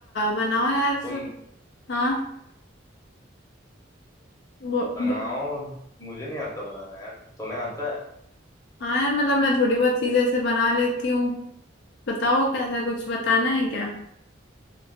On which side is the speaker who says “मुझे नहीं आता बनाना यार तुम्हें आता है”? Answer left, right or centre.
Left